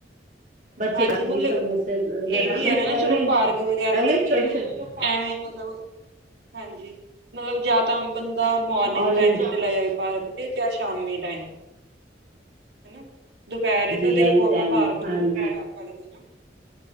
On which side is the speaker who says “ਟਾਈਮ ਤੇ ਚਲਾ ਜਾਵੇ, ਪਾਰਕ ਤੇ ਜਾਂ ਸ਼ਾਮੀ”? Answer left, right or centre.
Right